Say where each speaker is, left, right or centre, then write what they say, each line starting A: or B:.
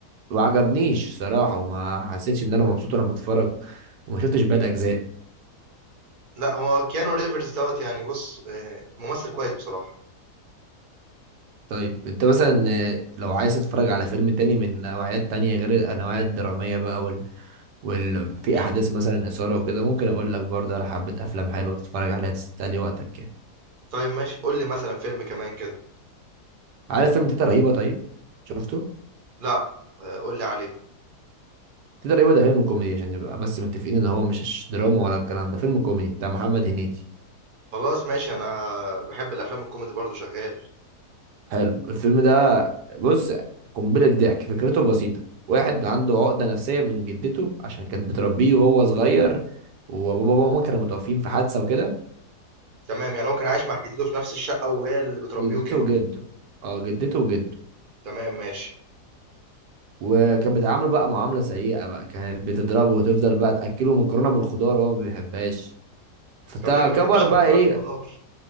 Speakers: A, on the right (about 90°); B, on the right (about 35°).
A: وعجبنيش صراحة وما حسيتش ان انا مبسوط وانا بتفرج وما شفتش باقي الاجزاء
B: لأ هو Keanu Reeves دوّة يعني بُص آآ ممثل كويس بصراحة.
A: طيب انت مثلا آه، لو عايز تتفرج على فيلم تاني من نوعيات تانية غير النوعيات الدرامية بقى وال... وال... في
B: <laughs>
A: احداث مثلا اثارة وكده ممكن اقول لك برضه على حبة افلام حلوة تتفرج عليها تسلي وقتك يعني
B: طيب ماشي قُل لي مثلًا فيلم كمان كده.
A: عارف فيلم تيتا رهيبة طيب شفته
B: لأ آآ قُل لي عليه.
A: تقدر يبقى ده فيلم كوميدي عشان نبقى بس متفقين ان هو مش دراما ولا الكلام ده فيلم كوميدي بتاع محمد هنيدي
B: خلاص ماشي أنا باحب الأفلام الكوميدي برضه شغال.
A: حلو الفيلم ده بص قنبلة ضحك فكرته بسيطة واحد عنده عقدة نفسية من جدته عشان كانت بتربيه وهو صغير وبابا وماما كانوا متوفين في حادثة وكده
B: تمام يعني هو كان عايش مع جدته في نفس الشقة وهي اللي بتربيه
A: فجدته
B: وكده.
A: وجده اه جدته وجده
B: تمام ماشي.
A: وكانت بتعامله بقى معاملة سيئة بقى كانت بتضربه وتفضل بقى تأكله مكرونة بالخضار وهو ما بيحبهاش فكبر
B: طب ليه ما بيحبش
A: بقى
B: المكرونة
A: ايه
B: بالخضار؟